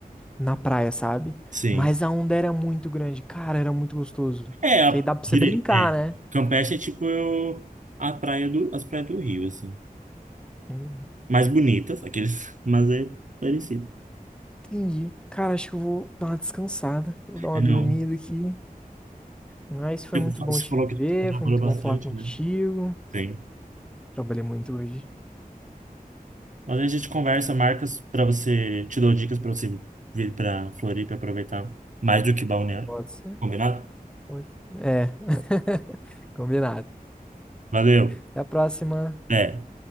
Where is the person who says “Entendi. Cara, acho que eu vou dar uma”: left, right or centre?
Centre